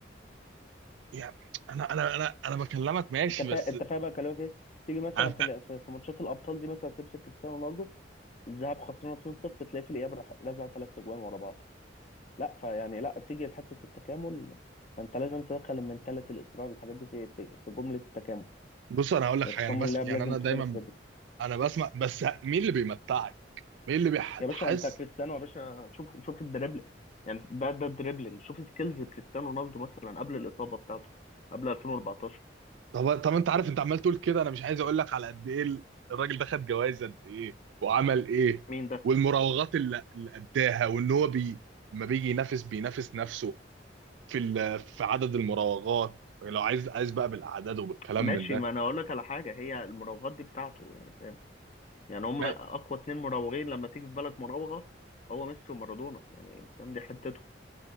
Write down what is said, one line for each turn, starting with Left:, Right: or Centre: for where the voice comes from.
Right: يعني انا انا انا انا بكلمك ماشي
Left: انت فا
Right: بس
Left: انت فاهم بقى كلامك ايه تيجي مثلا
Right: انا
Left: في ال- في في ماتشات الابطال دي مثلا تمسك كريستيانو رونالدو الذهاب خسرنا 2-0 تلاقي في الإياب راح رزع ثلاث أجوان ورا بعض لا فيعني لا تيجي لحتة التكامل فأنت لازم تدخل المنتاليتي الإصرار الحاجات دي في في في جملة التكامل
Right: بص انا هقول لك
Left: يعني
Right: حاجه
Left: تكامل
Right: انا بسمع
Left: اللعب
Right: يعني
Left: لازم
Right: انا
Left: تكون
Right: دايما
Left: الحاجات دي
Right: انا بسمع بس مين اللي بيمتعك؟ مين اللي بيحس
Left: يا باشا أنت كريستيانو يا باشا شوف شوف الدريبل يعني ده ده الدريبلينج شوف سكيلز كريستيانو رونالدو مثلا قبل الإصابة بتاعته قبل 2014
Right: طب طب انت عارف انت عمال تقول كده انا مش عايز اقول لك على قد ايه ال- الراجل ده خد جوائز قد ايه وعمل ايه
Left: مين ده؟
Right: والمراوغات اللي اللي اداها وان هو بي ما بيجي ينافس بينافس نفسه في ال- في عدد المراوغات يعني لو عايز عايز بقى بالاعداد وبالكلام
Left: ماشي
Right: من ده
Left: ما انا اقول لك على حاجه هي المراوغات دي بتاعته يعني فاهم يعني هم
Right: ما
Left: اقوى اتنين مراوغين لما تيجي في بالك مراوغه هو ميسي ومارادونا يعني فاهم دي حتته